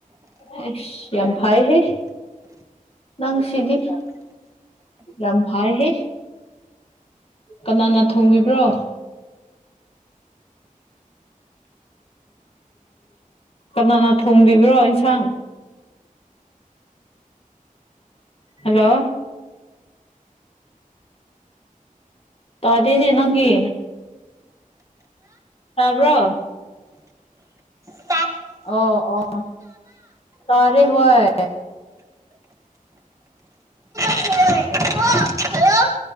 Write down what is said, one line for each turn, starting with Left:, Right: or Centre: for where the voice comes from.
Left: ꯑꯦꯁ ꯌꯥꯝ ꯐꯥꯏ ꯍꯦ ꯅꯪ ꯁꯤꯗꯤ ꯌꯥꯝ ꯐꯥꯏꯍꯦ ꯀꯅꯥꯅ ꯊꯣꯡꯕꯤꯕ꯭ꯔꯣ
Right: <inaudible>
Left: ꯀꯅꯥꯅ ꯊꯣꯡꯕꯤꯕ꯭ꯔꯣ ꯏꯟꯁꯥꯡ ꯍꯜꯂꯣ ꯇꯗꯤꯅꯦ ꯅꯪꯒꯤ ꯇꯕ꯭ꯔꯣ
Right: ꯇꯥꯕ꯭ꯔꯣ
Left: ꯑꯣ ꯑꯣ ꯇꯥꯔꯦ ꯍꯣꯏ
Right: <inaudible>